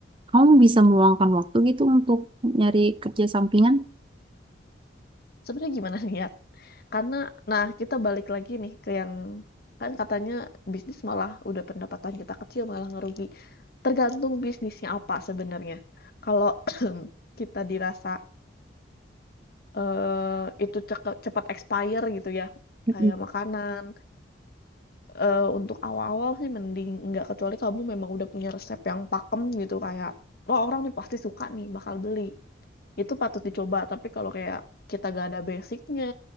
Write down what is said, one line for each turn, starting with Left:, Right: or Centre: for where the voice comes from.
Right: kamu bisa meluangkan waktu gitu untuk nyari kerja sampingan?
Left: Sebenarnya gimana <laughs> nih ya? Karena, nah kita balik lagi nih ke yang kan katanya bisnis malah udah pendapatan kita kecil malah ngerugi. Tergantung bisnisnya apa sebenarnya. Kalau <clears throat> kita dirasa eh, itu cek- cepat expire gitu ya,
Right: Mm-mm.
Left: kayak makanan. eh, untuk awal-awal sih mending nggak kecuali kamu memang udah punya resep yang pakem gitu kayak, wah orang nih pasti suka nih bakal beli itu patut dicoba tapi kalau kayak kita gak ada basicnya